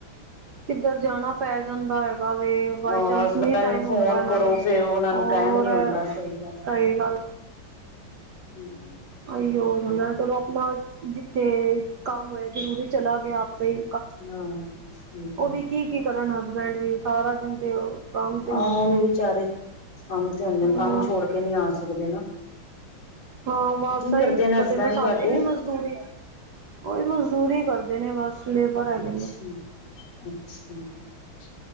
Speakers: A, on the right; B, on the left.
A: ਕਿੱਧਰ ਜਾਣਾ ਪੈ ਜਾਂਦਾ ਵੇ ਬਾਈ
B: ਅ
A: ਚਾਂਸ
B: ਹਸਬੈਂਡ
A: ਨੀ ਟਾਈਮ
B: ਨੂੰ ਫੋਨ
A: ਹੁੰਦਾ ਇਨਾਂ
B: ਕਰੋ
A: ਨੂੰ
B: ਫੇਰ ਉਹਨਾਂ
A: ਹੋਰ
B: ਨੂੰ ਟਾਈਮ ਨੀ ਹੁੰਦਾ ਸਹੀ
A: ਸਈ ਗੱਲ
B: ਹੂੰ।
A: ਅਈਓ ਹੋਂਦਾ ਚਲੋ ਅਪਣਾ ਜਿੱਥੇ ਕੰਮ ਹੋਏ ਜਰੂਰੀ ਚਲਾ ਗਿਆ ਆਪੇ ਈ
B: <unintelligible> ਗੱਲ
A: ਓ ਵੀ ਕੀ-ਕੀ ਕਰਨ ਹਸਬੈਂਡ ਵੀ ਸਾਰਾ ਦਿਨ ਤੇ ਓ ਕੰਮ ਤੇ ਹੁੰਦੇ
B: ਆਹ ਉਹ
A: ਨੇ,
B: ਵੀ ਵਿਚਾਰੇ ਕੰਮ ਤੇ ਹੁੰਦੇ ਨੇ
A: ਹੋਰ
B: ਕੰਮ ਛੋੜ ਕੇ ਨਹੀਂ ਆ ਸਕਦੇ ਨਾ
A: ਹਾਂ, ਬਸ
B: ਕੀ
A: ਐਈ
B: ਕਰਦੇ
A: ਦਿੱਕਤ
B: ਨੇ ਹਸਬੈਂਡ
A: ਏ ਨਾ
B: ਤੁਹਾਡੇ
A: ਸਾਡੇ ਵੀ ਮ ੂ ਕੋਈ, ਮਜ਼ਦੂਰੀ ਕਰਦੇ ਨੇ ਬਸ। ਲੇਬਰ ਹੈਗੇ
B: ਅੱਛਾ-ਅੱਛਾ
A: ਨੇ